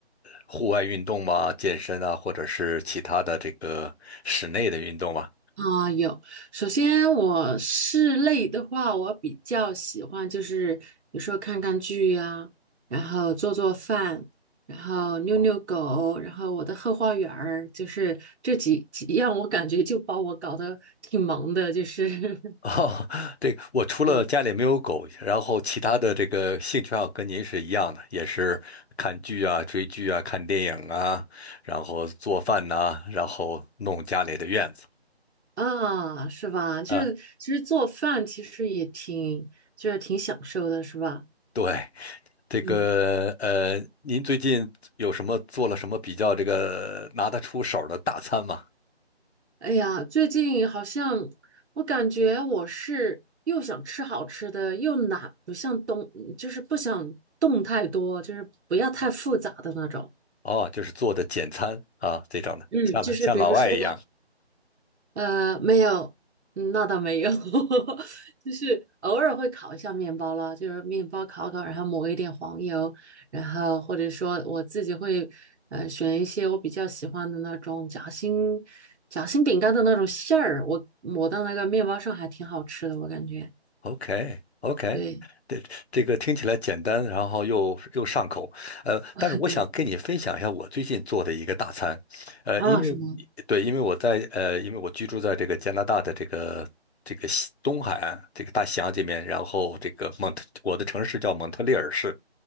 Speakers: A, on the left; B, on the right.
A: 户外运动吗？健身啊，或者是其他的这个室内的运动吗？
B: 啊、有。首先，我室内的话，我比较喜欢就是有时候看看剧呀、然后做做饭，然后遛遛狗，然后我的后花园儿，就是这几几样，我感觉就把我搞得挺忙的，就是 <laughs>
A: 哦，<laughs> 对我除了家里没有狗，
B: 对
A: 然后其他的这个兴趣爱好跟您是一样的，也是看剧啊、追剧啊、看电影啊，然后做饭呐、然后弄家里的院子。
B: 啊，是吧？就是其实做饭其实也挺就是挺享受的，
A: 啊，
B: 是吧？
A: 对，这个呃，
B: 嗯。
A: 您最近有什么做了什么比较这个拿得出手的大餐吗？
B: 哎呀，最近好像我感觉我是又想吃好吃的，又懒，不想动，就是不想动太多，就是不要太复杂的那种。
A: 哦，就是做的简餐啊这种的，
B: 嗯，
A: 像像老外一样。
B: 就是比如说，呃，没有，嗯那倒没有，<laughs> 就是偶尔会烤一下面包了，就是面包烤烤，然后抹一点黄油，然后或者说我自己会呃选一些我比较喜欢的那种夹心夹心饼干的那种馅儿，我抹到那个面包上还挺好吃的，我感觉。
A: OK，OK，
B: 对
A: 这这个听起来简单，然后又又上口，呃，
B: <laughs>
A: 但是我想跟你分享一下我最近做的一个大餐，
B: 对
A: 呃，
B: 啊，
A: 因为
B: 什么？
A: 对，因为我在呃，因为我居住在这个加拿大的这个这个西东海岸这个大西洋这边，然后这个蒙特，我的城市叫蒙特利尔市，